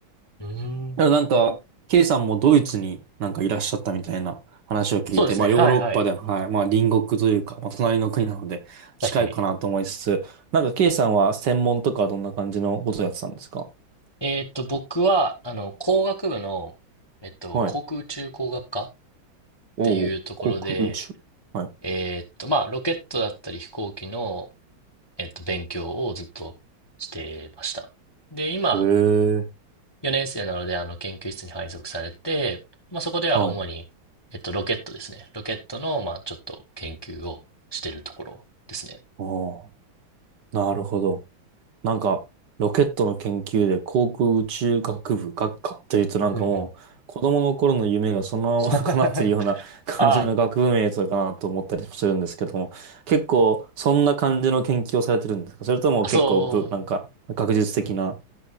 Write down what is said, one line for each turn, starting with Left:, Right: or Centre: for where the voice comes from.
Left: うーん。
Right: だからなんか、ケイさんもドイツになんかいらっしゃったみたいな話を聞いて、
Left: そうですね。
Right: まあヨーロッパで、
Left: はいはい。
Right: はい、まあ隣国というか、まあ隣の国なので近いかなと思いつつ、
Left: 確かに。
Right: なんかケイさんは専門とかはどんな感じのことをやってたんですか
Left: えーっと、僕は、あの、工学部の、えっと、
Right: はい。
Left: 航空宇宙工学科っ
Right: おお、
Left: ていうところで、
Right: 航空宇宙。はい。
Left: えーっと、まあ、ロケットだったり飛行機の、えっと、勉強をずっとしてました。で、今、
Right: ええ。
Left: 4年生なので、あの、研究室に配属されて、まあ、そこでは主に、
Right: はい。
Left: えっと、ロケットですね。ロケットの、まあ、ちょっと研究をしてるところですね。
Right: おお、なるほど。なんか、ロケットの研究で航空宇宙学部学科というとなんかもう、
Left: うんうん。
Right: 子供の頃の夢がそのまま
Left: <laughs>
Right: <laughs> 叶ってるような感じの学部名とかなと思ったりするんですけども、
Left: あ
Right: <laughs> 結構そんな感じの研究をされてるんですかそれとも結構ぶ、
Left: あ、そ
Right: なんか学術的な。
Left: う。うん